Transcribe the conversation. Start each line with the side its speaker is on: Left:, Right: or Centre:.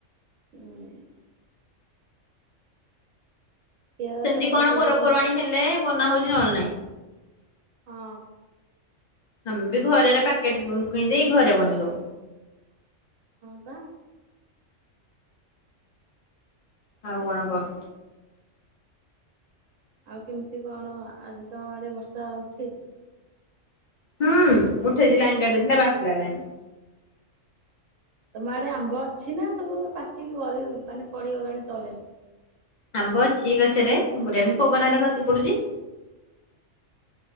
Right: ହୁଁ। ପିଆଜ ରସୁଣ
Left: ସେମିତି କଣ
Right: ପକେଇ
Left: ପର୍ବପର୍ବାଣୀ
Right: ଦଉଛନ୍ତି ପା।
Left: ହେଲେ ବନା ହଉଛି ନହେଲେ ନାହିଁ।
Right: ହଁ।
Left: ଆମେ ବି ଘରେ ଏରା ପ୍ୟାକେଟ କିଣିଦେଇ ଘରେ ବନେଇ ଦଉ।
Right: ହଁ ପା।
Left: ଆଉ କଣ କହ।
Right: ଆଉ କେମିତି କଣ ଆଜି ତମ ଆଡ଼େ ବର୍ଷା ଉଠେଇଚି?
Left: ହୁଁ ଉଠେଇଛି ଲାଇନ୍ କାଟି ଦେଇଥିଲା ଏବେ ଆସିଲା ଲାଇନ୍।
Right: ତମ ଆଡ଼େ ଆମ୍ବ ଅଛି ନା ସବୁ ପାଚିକି ଗଳି ମାନେ ପଡ଼ିଗଲାଣି ତଳେ?
Left: ଆମ୍ବ ଅଛି ଗଛରେ <unintelligible> ଏମିତି ପବନ ହେଲେ ଖସି ପଡ଼ୁଛି।